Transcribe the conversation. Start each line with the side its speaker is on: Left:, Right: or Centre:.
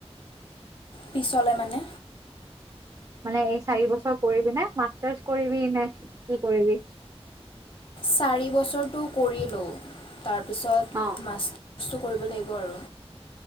Left: পিছলৈ মানে
Right: মানে এই চাৰি বছৰ কৰিবি নে মাষ্টাৰ্চ কৰিবি নে কি কৰিবি
Left: চাৰি বছৰটো কৰিলোঁ তাৰপিছত
Right: অ
Left: মাষ্টাৰছটো কৰিব লাগিব আৰু